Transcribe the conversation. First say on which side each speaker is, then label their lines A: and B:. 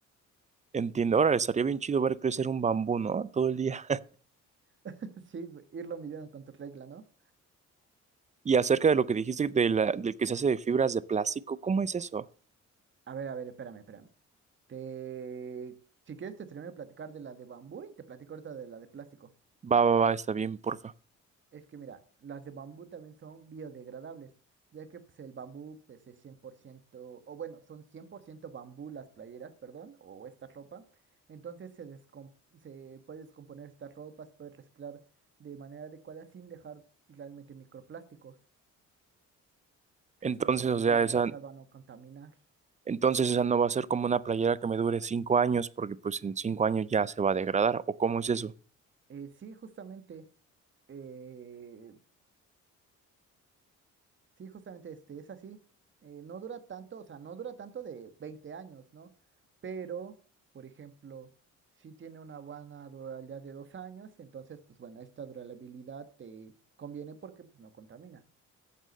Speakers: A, on the right (about 25°); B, on the right (about 40°).
A: Entiendo, ahora estaría bien chido ver crecer un bambú, ¿no? Todo el día.
B: <laughs> Sí, irlo midiendo con tu regla, ¿no?
A: Y acerca de lo que dijiste de la, del que se hace de fibras de plástico, ¿cómo es eso?
B: A ver, a ver, espérame, espérame. Te... Si quieres, te termino de platicar de la de bambú y te platico ahorita de la de plástico.
A: Va, va, va, está bien, porfa.
B: Es que mira, las de bambú también son biodegradables, ya que pues, el bambú pues, es 100%, o bueno, son 100% bambú las playeras, perdón, o esta ropa. Entonces se, descom- se puede descomponer estas ropas, se puede reciclar de manera adecuada sin dejar realmente microplásticos, que
A: Entonces,
B: esto pues,
A: o
B: ayuda
A: sea,
B: Mm. demasiado
A: esa,
B: a no contaminar.
A: entonces esa no va a ser como una playera que me dure cinco años, porque pues en cinco años ya se va a degradar, ¿o cómo es eso?
B: Eh, sí, justamente, eh, Sí, justamente este, es así. eh, no dura tanto, o sea, no dura tanto de 20 años, ¿no? Pero, por ejemplo, sí tiene una buena durabilidad de dos años, entonces, pues bueno, esta durabilidad te conviene porque pues, no contamina.